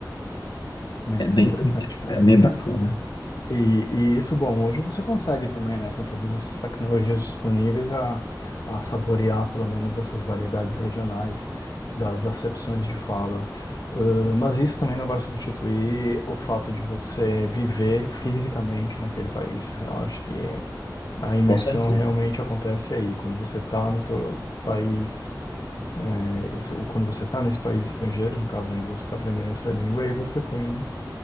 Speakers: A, on the left; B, on the left.
A: É,
B: É
A: isso
B: bem,
A: é interessante, cara.
B: é bem bacana.
A: E, e isso, bom, hoje você consegue também, né, com todas essas tecnologias disponíveis, a, a saborear pelo menos essas variedades regionais das acepções de fala. Ãh, mas isso também não vai substituir o fato de você viver fisicamente naquele país. Eu acho que a imersão
B: Com certeza.
A: realmente acontece aí, quando você está no seu país, é, isso- quando você está nesse país estrangeiro, no caso onde você está aprendendo essa língua, aí você tem